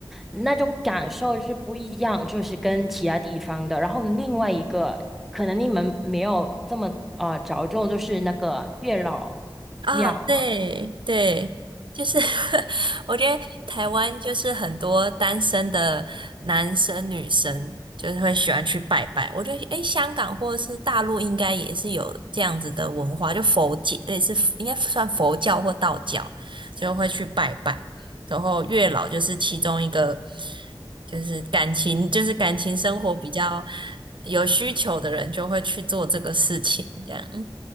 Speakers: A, in the centre; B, on the right (about 60°).
A: 那种感受就是不一样，就是跟其他地方的。然后另外一个可能你们没有这么呃着重，就是那个月老
B: 啊，
A: 庙。
B: 对对，就是 <laughs> 我觉得台湾就是很多单身的男生女生就是会喜欢去拜拜。我觉得诶，香港或者是大陆应该也是有这样子的文化，就佛界类似应该算佛教或道教，就会去拜拜。然后月老就是其中一个，就是感情就是感情生活比较有需求的人就会去做这个事情，这样。